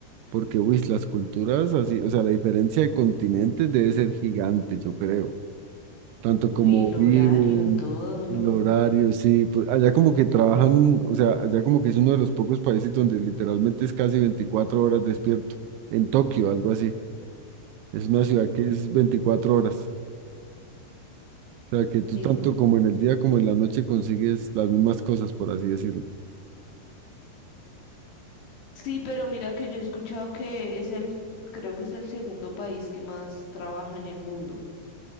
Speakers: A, on the right; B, on the left.
A: porque, uy, las culturas así, o sea, la diferencia de continentes debe ser gigante, yo creo, tanto
B: No,
A: como
B: y el
A: viven,
B: horario, todo, ¿no?
A: el horario, sí, pues, allá como que trabajan, o sea, allá como que es uno de los pocos países donde literalmente es casi 24 horas despierto en Tokio, algo así. Es una ciudad que es 24 horas. O sea, que tú
B: Eh,
A: tanto como en el día como en la noche consigues las mismas cosas, por así decirlo.
B: sí, pero mira que yo he escuchado que es el, creo que es el segundo país que más trabaja en el mundo.